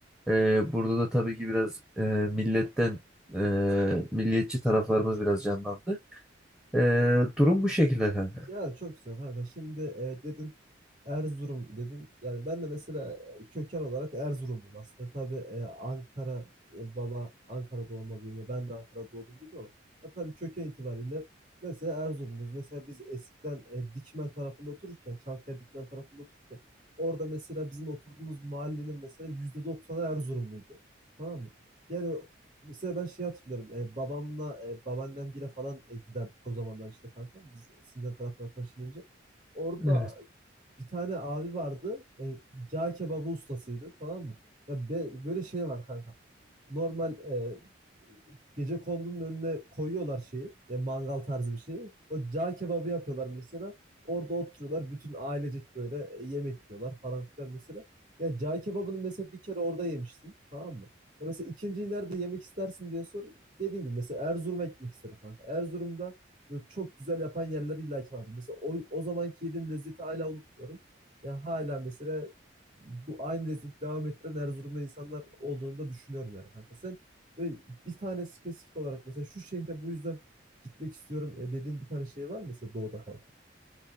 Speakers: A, in the centre; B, on the right.
A: E, burada da tabii ki biraz e, milletten e, milliyetçi taraflarımız biraz canlandı. E, durum bu şekilde kanka.
B: Ya çok güzel kanka. Şimdi e, dedin Erzurum dedin. Yani ben de mesela e, köken olarak Erzurumluyum aslında. Tabii e, Ankara e, baba Ankara doğma büyüme. Ben de Ankara'da doğdum büyüdüm ama ya, tabii köken itibariyle mesela Erzurumluyuz. Mesela biz eskiden e, Dikmen tarafında otururken, Çankaya Dikmen tarafında otururken orada mesela bizim oturduğumuz mahallenin mesela yüzde doksanı Erzurumluydu. Tamam mı? Yani Mesela ben şey hatırlıyorum. E, babamla e, babaannemgile falan e, giderdik o zamanlar işte kanka. Biz Sincan tarafına taşınınca. Orada
A: Evet.
B: bir tane abi vardı. E, cağ kebabı ustasıydı tamam mı? Ya be- böyle şey var kanka normal e, gecekondunun önüne koyuyorlar şeyi. e, mangal tarzı bir şeyi. O cağ kebabı yapıyorlar mesela. Orada oturuyorlar. Bütün ailecek böyle e, yemek yiyorlar falan filan mesela. Ya cağ kebabını mesela bir kere orada yemiştin. Tamam mı? Ya mesela ikinciyi nerede yemek istersin diye sor. Dediğin gibi mesela Erzurum'a gitmek isterim kanka. Erzurum'da böyle çok güzel yapan yerler illaki vardır. Mesela o, o zamanki yediğim lezzeti hala unutmuyorum. Ya hala mesela bu aynı lezzeti devam ettiren Erzurum'da insanlar olduğunu da düşünüyorum yani kanka. Sen böyle bir tane spesifik olarak mesela şu şehre bu yüzden gitmek istiyorum e, dediğin bir tane şehir var mı mesela doğuda kanka?